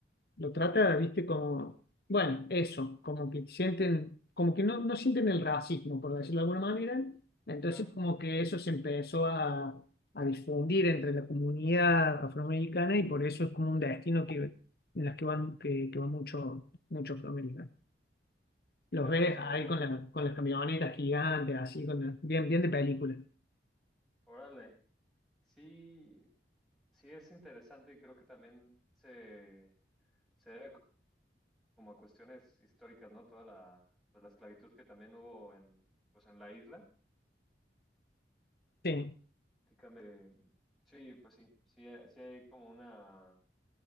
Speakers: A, on the left (about 60°); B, in the centre.
A: lo trata, viste, como, bueno, eso, como que sienten, como que no, no sienten el racismo, por decirlo de alguna manera. Entonces,
B: claro.
A: como que eso se empezó a, a difundir entre la comunidad afroamericana y por eso es como un destino que, en las que van, que, que van mucho, mucho afroamericano.
B: Sí,
A: Los
B: claro,
A: ves
B: y sobre
A: ahí
B: todo,
A: con, la, con
B: ah,
A: las camionetas gigantes, así, con la- bien, bien de película.
B: órale, sí, sí es interesante y creo que también se, se debe como a cuestiones históricas, ¿no? Toda la, pues la esclavitud que también hubo en, pues en la isla,
A: Sí,
B: prácticamente, sí, pues sí, sí, eh, sí hay como una,